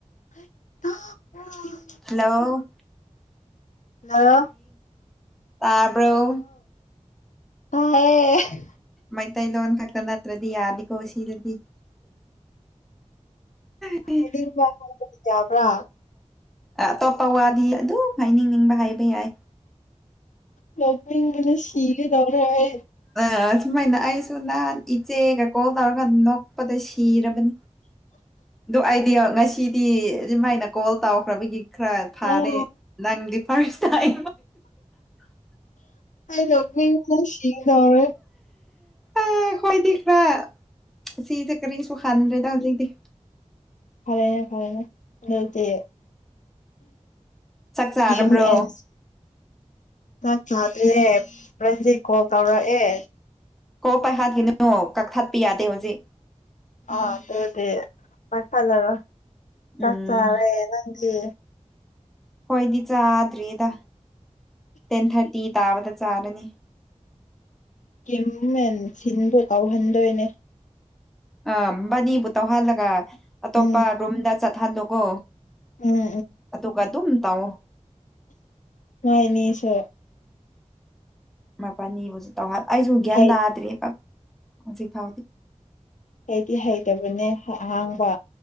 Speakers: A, on the left; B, in the centre.
A: <unintelligible>
B: Hello
A: ꯍ
B: ꯇꯔꯕꯣ
A: ꯑ
B: ꯃꯩꯇꯩꯂꯣꯟ ꯈꯛꯇ ꯅꯠꯇ꯭ꯔꯗꯤ ꯌꯥꯅꯤꯀꯣ ꯁꯤꯗꯗꯤ ꯎ
A: ꯍꯗ ꯌꯥꯕ꯭ꯔꯥ
B: ꯑꯇꯣꯞꯄ ꯋꯥꯗꯤ ꯑꯗꯨꯝ ꯍꯥꯏꯅꯤꯡꯅꯤꯡꯕ ꯍꯥꯏꯕ ꯌꯥꯏ꯫
A: ꯅꯣꯛꯅꯤꯡꯕꯅ ꯁꯤꯒꯦ ꯇꯧꯔꯦ ꯑꯩ꯫
B: ꯑ ꯁꯨꯃꯥꯏꯅ ꯑꯩꯁꯨ ꯅꯍꯥꯟ ꯏꯆꯦꯒ ꯀꯣꯜ ꯇꯧꯔꯒ ꯅꯣꯛꯄꯗ ꯁꯤꯔꯕꯅꯤ꯫ ꯑꯗꯨ ꯑꯩꯗꯤ ꯉꯁꯤꯗꯤ ꯑꯗꯨꯃꯥꯏꯅ ꯀꯣꯜ ꯇꯧꯈ꯭ꯔꯕꯒꯤ꯫ ꯈ꯭ꯔꯥ ꯐꯥꯔꯦ
A: ꯑꯣ
B: ꯅꯪꯗꯤ ꯐꯥꯁ ꯇꯥꯏ
A: ꯑꯩꯗꯣ ꯁꯤꯒꯗꯧꯔꯦ꯫
B: ꯑꯈꯣꯏꯗꯤ ꯈꯔ ꯁꯤꯁꯦ ꯀꯔꯤꯁꯨ ꯍꯟꯗ꯭ꯔꯦꯗ ꯍꯧꯖꯤꯛꯇꯤ꯫
A: ꯐꯔꯦꯅꯦ ꯐꯔꯦꯅꯦ ꯑꯗꯨꯗꯤ꯫
B: ꯆꯥꯛ ꯆꯥꯔꯕ꯭ꯔꯣ
A: ꯀꯦꯝ ꯑꯦꯁ꯫ ꯆꯥꯛ ꯆꯥꯗ꯭ꯔꯦ ꯄꯔꯟꯖꯤꯠ ꯀꯣꯜ ꯇꯧꯔꯛꯑꯦ꯫
B: ꯀꯣ ꯄꯥꯏꯍꯠꯈꯤꯅꯣ ꯀꯛꯊꯠꯄ ꯌꯥꯗꯦ ꯍꯧꯖꯤꯛ꯫
A: ꯑ ꯑꯗꯨꯗꯤ ꯄꯥꯏꯈꯠꯂꯔꯣ ꯆꯥꯛ
B: ꯎꯝ
A: ꯆꯥꯔꯦ ꯅꯪꯗꯤ꯫
B: ꯍꯣꯏꯗꯤ ꯆꯥꯗ꯭ꯔꯤꯗ ꯇꯦꯟ ꯊꯥꯔꯇꯤ ꯇꯥꯕꯗ ꯆꯥꯔꯅꯤ꯫
A: ꯀꯤꯝꯃꯦꯟ ꯁꯤꯟꯗꯨ ꯇꯧꯍꯟꯗꯣꯏꯅꯦ꯫
B: ꯑ ꯃꯕꯥꯅꯤꯕꯨ ꯇꯧꯍꯜꯂꯒ ꯑꯇꯣꯞꯄ
A: ꯎꯝ
B: ꯔꯨꯝꯗ ꯆꯠꯍꯜꯂꯨꯒꯣ꯫
A: ꯎꯝ
B: ꯑꯗꯨꯒ ꯑꯗꯨꯝ ꯇꯧꯑꯣ꯫
A: ꯋꯥꯏꯅꯦ ꯑꯩꯁꯨ꯫
B: ꯃꯄꯅꯤꯕꯨꯁꯨ ꯇꯧꯍꯜꯂ ꯑꯩꯁꯨ ꯒ꯭ꯌꯥꯟ
A: ꯍꯩ
B: ꯇꯥꯗ꯭ꯔꯦꯕ ꯍꯧꯖꯤꯛ ꯐꯥꯎ꯫
A: ꯑꯩꯗꯤ ꯍꯩꯇꯕꯅꯦ ꯑꯍꯥꯡꯕ꯫